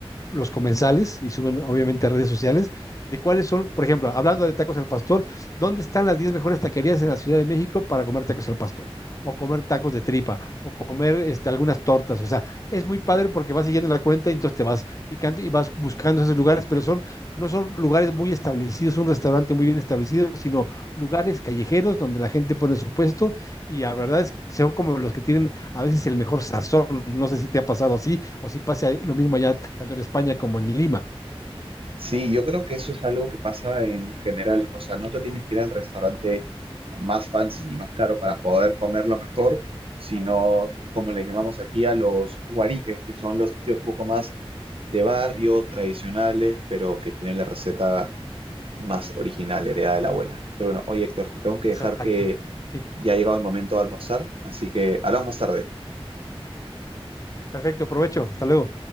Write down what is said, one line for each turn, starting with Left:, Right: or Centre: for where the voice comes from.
Left: los comensales y suben obviamente a redes sociales de cuáles son, por ejemplo, hablando de tacos al pastor, ¿dónde están las 10 mejores taquerías en la Ciudad de México para comer tacos al pastor? O comer tacos de tripa, o comer este, algunas tortas. O sea, es muy padre porque vas siguiendo la cuenta y entonces te vas picando y vas buscando esos lugares, pero son, no son lugares muy establecidos, un restaurante muy bien establecido, sino lugares callejeros donde la gente pone su puesto y la verdad es que son como los que tienen a veces el mejor sazón. No sé si te ha pasado así o si pase lo mismo allá, tanto en España como en Lima.
Right: Sí, yo creo que eso es algo que pasa en general. O sea, no te tienes que ir al restaurante más fancy ni más caro para poder comer lo mejor, sino como le llamamos aquí a los huariques, que son los sitios un poco más de barrio, tradicionales, pero que tienen la receta más original, heredada de la abuela. Pero bueno, oye Héctor, te tengo que
Left: Exacto.
Right: dejar que
Left: Sí,
Right: ya ha llegado el momento de almorzar, así que hablamos más tarde.
Left: perfecto, provecho. Hasta luego.